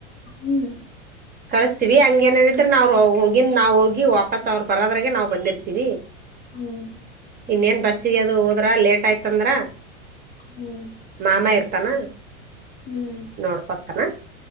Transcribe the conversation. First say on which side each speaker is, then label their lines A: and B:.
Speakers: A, on the left; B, on the right.
A: ಹ್ಮ್
B: ಕಳಸ್ತೀವಿ ಹಂಗ ಏನಿದ್ರ ನ್ ಹೋಗಿಂದ ನಾವವು ಹೋಗಿ ವಾಪಾಸ್ ಅವ್ರು ಬರದ್ರಾಗೆ ನಾವ್ ಬಂದಿರ್ತೀವಿ
A: ಹ್ಮ್.
B: ಇನ್ನ ನ್ ಬಸ್ಸಿಗೆ ಅದು ಹೋದ್ರ ಲೇಟ್ ಯ್ತಂದ್ರ
A: ಹ್ಮ್
B: ಮಾಮ ಇರ್ತಾನ
A: ಹ್ಮ್
B: ನೋಡ್ಕೊತಾನ